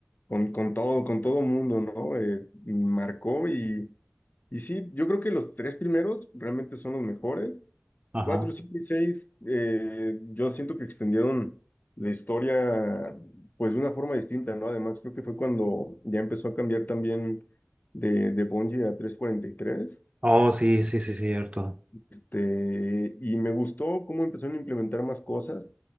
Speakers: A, on the left; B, on the right.
A: con, con todo, con todo mundo, ¿no? Eh, marcó y, y sí, yo creo que los tres primeros realmente son los mejores.
B: ajá.
A: Cuatro, cinco y seis, eh, yo siento que extendieron la historia, pues de una forma distinta, ¿no? Además, creo que fue cuando ya empezó a cambiar también de, de Bungie a trescientos cuarenta y tres
B: Oh, sí, sí, sí, cierto.
A: Este, y me gustó cómo empezaron a implementar más cosas,